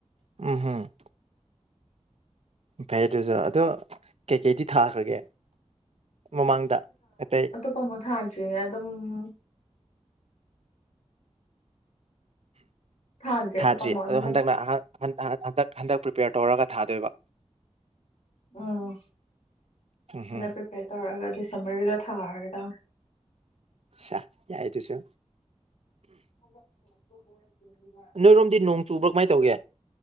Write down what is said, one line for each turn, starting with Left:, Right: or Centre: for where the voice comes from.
Right: ꯎꯝ ꯍꯝ ꯐꯩ ꯑꯗꯨꯁꯨ ꯑꯗꯣ ꯀꯩꯀꯩꯗꯤ ꯊꯥꯈ꯭ꯔꯒꯦ ꯃꯃꯥꯡꯗ ꯑꯇꯩ
Left: ꯀ ꯃ ꯊꯥꯖꯤꯦ ꯑꯦꯝ <inaudible> ꯊꯥꯗ꯭ꯔꯦ
Right: ꯊꯥꯗ꯭ꯔꯤ
Left: ꯑꯇꯣꯞꯄ ꯑꯃ ꯑꯗꯨꯅ
Right: ꯑꯗꯣ ꯍꯟꯗꯛꯅ ꯑꯍꯥꯛ ꯍꯟꯗꯛ ꯍꯟꯗꯛ ꯄ꯭ꯔꯤꯄꯦꯌꯔ ꯇꯧꯔꯒ ꯊꯥꯗꯣꯏꯕ
Left: ꯎꯝ
Right: ꯎꯝ ꯍꯝ
Left: ꯑ ꯀꯦ ꯇꯧꯔꯒ ꯗꯤꯁꯦꯝꯕꯔꯒꯤꯗ ꯊꯥꯒꯦ ꯇ
Right: ꯁꯥ ꯌꯥꯏꯗꯨꯁꯨ
Left: ꯀꯔꯤ
Right: ꯅꯣꯏ ꯔꯣꯝꯗꯤ ꯅꯣꯡ ꯆꯨꯕ꯭ꯔ ꯀꯃꯥꯏ ꯇꯧꯒꯦ